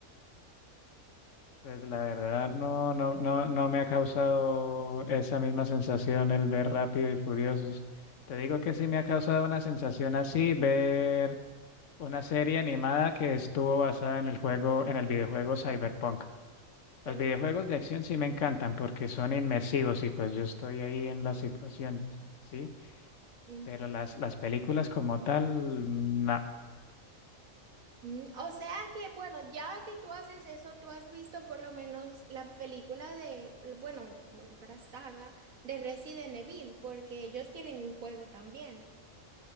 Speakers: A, on the left; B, on the right.
A: pues la verdad no, no, no, no me ha causado esa misma sensación el ver Rápido y Furiosos. Te digo que sí me ha causado una sensación así ver una serie animada que estuvo basada en el juego, en el videojuego Cyberpunk.
B: ¿sabes?
A: Los videojuegos de acción sí me encantan porque son inmersivos y pues yo estoy ahí en la situación, ¿sí?
B: Mm.
A: Pero las, las películas como tal, no.
B: Mm, o sea que, bueno, ya que tú haces eso, tú has visto por lo menos la película de, bueno, como si fuera saga de Resident Evil, porque ellos tienen un juego también.